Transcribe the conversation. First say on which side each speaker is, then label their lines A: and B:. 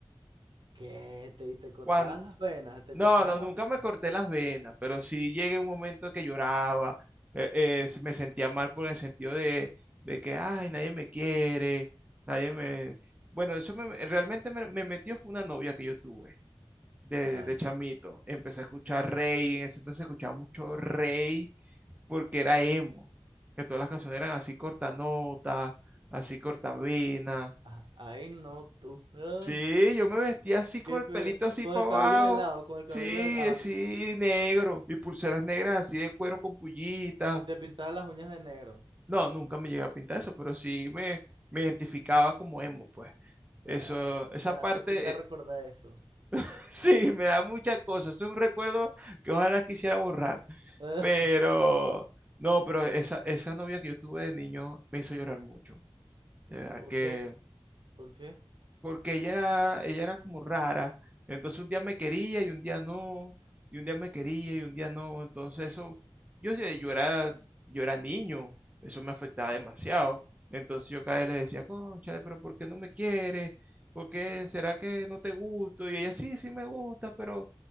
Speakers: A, on the right; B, on the right.
A: ¿Qué? Te, te cortabas
B: Cuan-
A: las venas, te
B: no,
A: cortabas
B: no, nunca
A: las venas.
B: me corté las venas, pero sí llegué a un momento que lloraba, eh, eh, se- me sentía mal por el sentido de, de que, ay, nadie me quiere, nadie me... Bueno, eso me, realmente me, me metió fue una novia que yo tuve de,
A: Ay,
B: de chamito. Empecé a escuchar Rey, en ese entonces escuchaba mucho Rey porque era emo, que todas las canciones eran así cortanotas, así cortavenas.
A: ah, ay, no tú. Ay,
B: Sí, yo me vestía así con
A: qué
B: el
A: feo.
B: pelito así
A: Con
B: para
A: el
B: abajo.
A: cabello de lado, con el cabello
B: Sí,
A: de lado.
B: eh, sí, negro. Y pulseras negras así de cuero con pullitas.
A: Y te pintaba las uñas de negro.
B: No, nunca me llegué a pintar eso, pero sí me, me identificaba como emo, pues. Eso,
A: Ay,
B: esa
A: te da
B: parte,
A: cosita
B: eh,
A: recordar eso.
B: <laughs> sí, me da muchas cosas. Es un recuerdo que ojalá quisiera borrar.
A: <laughs>
B: Pero, no, pero esa, esa novia que yo tuve de niño me hizo llorar mucho. de verdad
A: ¿Por
B: que,
A: qué? se- ¿Por qué?
B: porque ella era, ella era como rara, entonces un día me quería y un día no, y un día me quería y un día no, entonces eso, yo, sé, yo era, yo era niño, eso me afectaba demasiado, entonces yo cada vez le decía, cónchale, pero ¿por qué no me quieres? ¿Por qué será que no te gusto? Y ella, sí, sí me gusta, pero